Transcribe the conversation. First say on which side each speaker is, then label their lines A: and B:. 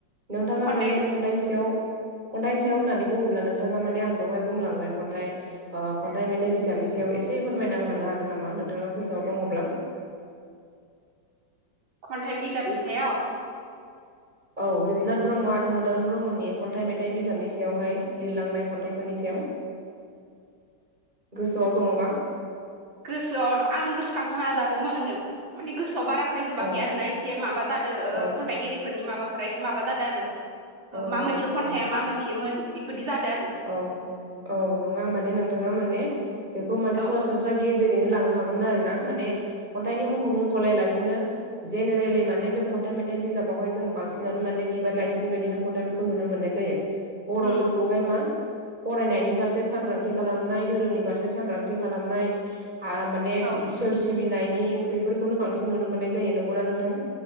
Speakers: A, on the right; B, on the right.
A: नोंथाङा
B: खन्थाइ
A: माने खन्थाइनि सायाव खन्थाइनि सायाव होननानै बुङोब्ला नोंथाङा माने आं दहाय बुंलांनाय खन्थाइ ओ खन्थाइ मेथाइ बिजाबनि सायाव एसे फोरमायना होलांनो हागोन नामा नोंथाङा गोसोआव दङब्ला?
B: खन्थाइ बिजाबनि सायाव
A: औ रुपनाथ ब्रह्म आरो मदाराम ब्रह्मनि खन्थाइ मेथाइ बिजाबनि सायावहाय लिरलांनाय खन्थाइफोरनि सायाव गोसोआव दङबा
B: गोसोआव आं गोसोखांनो नाजादोंमोन माने गोसोआव बारा फैजोबाखै
A: औ
B: आर ना एसे माबा जादों
A: औ
B: खन्थाइगिरिफोरनि माबाफोरा एसे माबा जादों आरो।
A: औ
B: मा मोनसे खन्थाइा
A: औ
B: मा मोनसेमोन बेफोरदि जादों आरो।
A: औ औ नंङा माने नोंथाङा माने बेखौ माने
B: औ
A: सरास स सनस्रा गेजेरैनो लांनो हागौमोन आर ना माने खन्थाइनि मुंखौ मुंख'लायालासिनो जेनेरेलि माने बे खन्थाइ मेथाइ बिजाबावहाय जों बांसिनानो माने बिबार लाइसिनि बायदिनो खन्थाइफोर खौ नुनो मोननाय जायो बर'फोरखौहाय
B: उम
A: मा फरायनायनि फारसे सांग्रांथि खालामनाय धोरोमनि फारसे सांग्रांथि खालामनाय आ माने ए
B: औ
A: इसोर सिबिनायनि बेफोरखौनो बांसिन नुनो मोननाय जायो। नंगौना नोंथां?